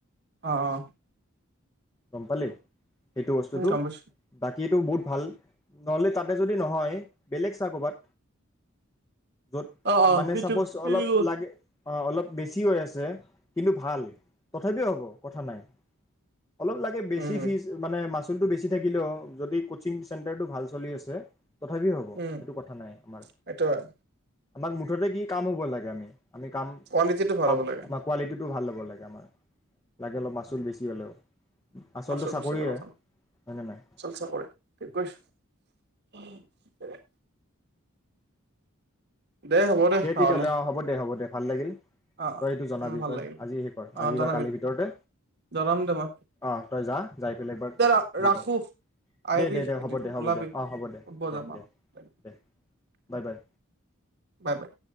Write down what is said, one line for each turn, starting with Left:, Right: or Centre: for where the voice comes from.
Right: অ-অ,
Left: গম পালি, সেইটো বস্তুটো
Right: উম, গম পাইছোঁ।
Left: বা এইটো বহুত ভাল নহলে তাতে যদি নহয় বেলেগ চা কবাত। যত,
Right: অ', অ',
Left: মানে
Right: সেইটো
Left: চাপোজ
Right: সেইটো
Left: অলপ লাগে অ অলপ বেছি হৈ আছে কিন্তু ভাল। পঠাই দিয়া হব। কথা নাই। অলপ লাগে বেছি
Right: উম,
Left: ফিজ মানে মা <unintelligible> বেছি থাকিলেও যদি কচিং চেণ্টাৰটো ভাল চলি আছে তথাপিও হব
Right: উম,
Left: সেইটো কথা নাই আমাৰ।
Right: সেইটো হয়,
Left: আমাক মুঠতে কি কাম হব লাগে আমি। আমি কাম
Right: কোৱালিটিটো ভাল
Left: পাব
Right: হ'ব লাগে।
Left: আমাৰ কোৱালিটিটো ভাল হব। হব লাগে আমাৰ। লাগে ল অলপ মাচুল বেছি হলেও। আচলটো
Right: <unintelligible>
Left: চাকৰিয়ে হয়নে নাই
Right: চলচা কৰে। <unintelligible> উম দে হ'ব
Left: দে
Right: নহ'লে,
Left: তেতিয়া হলে অ হব দে হব দে। ভাল লাগিল।
Right: অ', অ',
Left: তই এইটো জনাবি
Right: উম, ভাল
Left: তই
Right: লাগিল।
Left: আজি হে কৰ
Right: অ',
Left: আজি
Right: জনাবি,
Left: বা কালিৰ ভিতৰতে
Right: জনাম দে মই,
Left: অ তই যা যাই পেলাই এবাৰ
Right: দে
Left: হে
Right: ৰাখোঁ,
Left: কৰ
Right: আহিবি
Left: দে-দে-দে
Right: এদিন
Left: হব দে হব
Right: ওলাবি
Left: দে অ হব দে-দে-দে-দে।
Right: ফুৰিব যাম আ। বাই
Left: Bye bye.
Right: Bye bye.